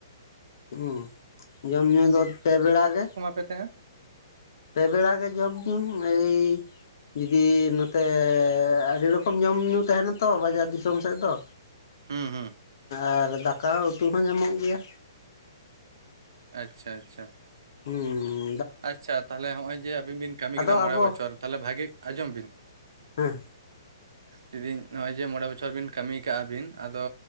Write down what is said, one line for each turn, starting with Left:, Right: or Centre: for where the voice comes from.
Left: ᱦᱩᱸ ᱡᱚᱢ ᱧᱩ ᱫᱚ ᱯᱮ ᱵᱮᱲᱟ ᱜᱮ
Right: <unintelligible>
Left: ᱯᱮ ᱵᱮᱲᱟ ᱜᱮ ᱡᱚᱢ ᱧᱩ ᱮᱭ ᱡᱩᱫᱤ ᱱᱚᱛᱮ ᱟᱹᱰᱤ ᱨᱚᱠᱚᱢ ᱡᱚᱢᱼᱧᱩ ᱛᱟᱦᱮᱱᱟ ᱛᱚ ᱵᱟᱡᱟᱨ ᱫᱤᱥᱚᱢ ᱥᱮᱫ ᱫᱚ
Right: ᱦᱩᱸ ᱦᱩᱸ
Left: ᱟᱨ ᱫᱟᱠᱟ ᱩᱛᱩ ᱦᱚᱸ ᱧᱟᱢᱚᱜ ᱜᱮᱭᱟ
Right: ᱟᱪᱪᱷᱟ ᱟᱪᱪᱷᱟ
Left: ᱦᱩᱸ ᱦᱩ
Right: ᱟᱪᱪᱷᱟ ᱛᱟᱦᱚᱞᱮ ᱦᱚᱸᱜᱼᱚᱭ ᱡᱮ ᱟᱵᱤᱱ ᱵᱤᱱ ᱠᱟᱹᱢᱤ
Left: ᱟᱫᱚ
Right: ᱠᱮᱫᱟ ᱢᱚᱬᱮ
Left: ᱟᱵᱚ
Right: ᱵᱚᱪᱷᱚᱨ ᱛᱟᱦᱚᱞᱮ ᱵᱷᱟᱜᱮ ᱟᱸᱡᱚᱢ ᱵᱤᱱ
Left: ᱦᱮᱸ
Right: ᱞᱤᱫᱤᱧ ᱱᱚᱜᱼᱚᱭ ᱡᱮ ᱢᱚᱬᱮ ᱵᱚᱪᱷᱚᱨ ᱵᱤᱱ ᱠᱟᱹᱢᱤ ᱠᱟᱜᱼᱟ ᱵᱤᱱ ᱟᱫᱚ